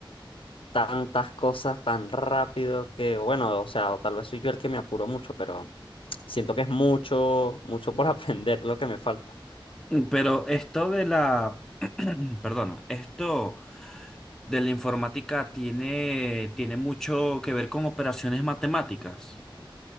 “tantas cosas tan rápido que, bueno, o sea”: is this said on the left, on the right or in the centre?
Left